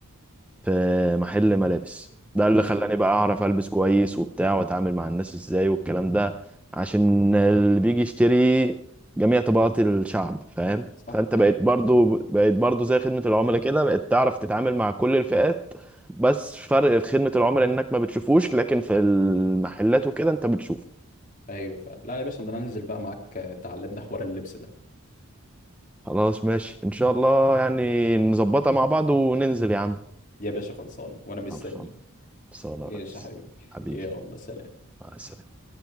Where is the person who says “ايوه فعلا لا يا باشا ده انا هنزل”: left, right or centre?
Left